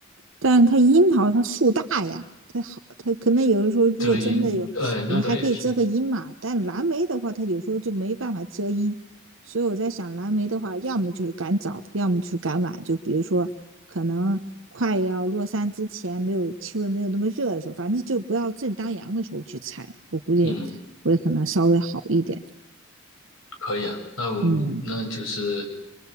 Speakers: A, on the right (about 70°); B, on the left (about 85°).
A: 但它樱桃它树大呀，它好，它可能有的时候如果真的有，
B: 这樱，哎，
A: 我们还可以遮个阴嘛。
B: 那倒也是，
A: 但蓝莓的话，它有时候就没办法遮阴，所以我在想，蓝莓的话，要么就是赶早，要么就是赶晚。就比如说，可能快要落山之前，没有气温没有那么热的时候，反正就不要正当阳的时候去采，我估计会可能稍微好一点。
B: 嗯，可以啊。那我们那就是
A: 嗯，